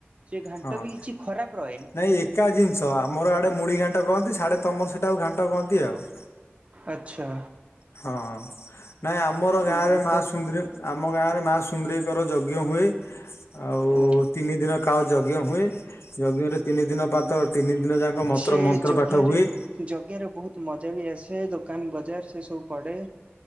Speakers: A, on the right; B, on the left.
A: ଏ ଘାଣ୍ଟ
B: ହଁ।
A: ବି କିଛି ଖରାପ ର
B: ନାଇଁ ଏକା ଜିନିଷ ଆମର ଇଆଡେ ମୁଢ଼ି ଘାଣ୍ଟ କହନ୍ତି ସିଆଡ଼େ ତମର ସେଟାକୁ ଘାଣ୍ଟ କହନ୍ତି ଆଉ।
A: ଆଚ୍ଛା।
B: ହଁ ନାଇଁ ଆମର
A: ମୁଁ
B: ଗାଁରେ ମା
A: ତ
B: ସୁନ୍ଦରୀ ଆମ ଗାଁରେ ମା ସୁନ୍ଦରୀକର ଯଜ୍ଞ ହୁଏ ଆଉ
A: ଓ
B: ତିନି ଦିନ କାଳ ଯ ଜ୍ଞ ହୁଏ ଯଜ୍ଞରେ ତିନି ଦିନ ପାଦ ତିନି ଦିନ ଯାକ ମନ୍ତ୍ର
A: ସେ
B: ମନ୍ତ୍ର
A: ଯଜ୍ଞରେ
B: ପାଠ ହୁଏ।
A: ଯଜ୍ଞରେ ବହୁତ୍ ମଜା ବି ଆସେ ଦୋକାନ ବଜାର ସେ ସବୁ ପଡ଼େ।